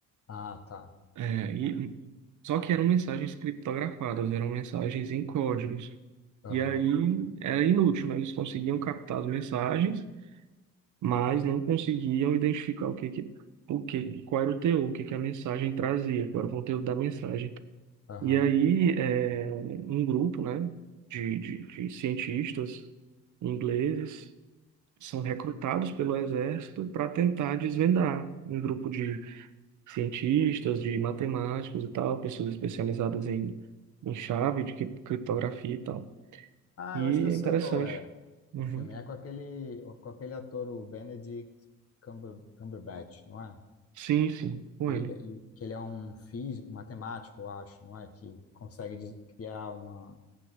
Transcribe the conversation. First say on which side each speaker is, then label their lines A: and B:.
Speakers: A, on the left; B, on the right.
A: Ah, tá.
B: É, e, só que eram mensagens criptografadas, eram mensagens em códigos.
A: Aham,
B: E aí era inútil, né? Eles conseguiam captar as mensagens, mas não conseguiam identificar o que que, o que, qual era o teor, o que que a mensagem trazia, qual era o conteúdo da mensagem.
A: aham.
B: E aí, é, um grupo, né, de, de, de cientistas ingleses são recrutados pelo exército para tentar desvendar um grupo de cientistas, de matemáticos e tal, pessoas especializadas em, em chave de cri- criptografia e tal.
A: Ah,
B: E
A: eu acho que eu
B: é
A: sei
B: interessante.
A: qual é
B: Uhum.
A: o filme. É com aquele, com aquele ator, o Benedict Cumber- Cumberbatch, não é?
B: Sim, sim, com
A: E,
B: ele.
A: e que ele é um físico, um matemático, eu acho, não é? Que consegue des- criar uma